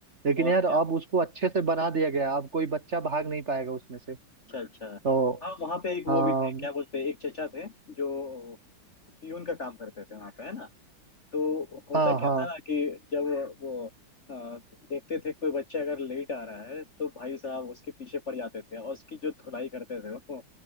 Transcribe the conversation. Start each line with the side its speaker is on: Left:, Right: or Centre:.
Right: लेकिन
Left: और
Right: यार
Left: क्या
Right: अब उसको अच्छे से बना दिया गया है, अब कोई बच्चा भाग नहीं पाएगा उसमें से
Left: अच्छा अच्छा
Right: तो
Left: हाँ वहाँ पे एक वो
Right: हाँ
Left: भी थे क्या बोलते हैं एक चचा थे जो पियून का काम करते थे वहाँ पे है ना तो होता
Right: हाँ
Left: क्या
Right: हाँ
Left: था ना कि जब वो अ, देखते थे कोई बच्चा अगर लेट आ रहा है तो भाई साहब उसके पीछे पड़ जाते थे और उसकी जो धुलाई करते थे वो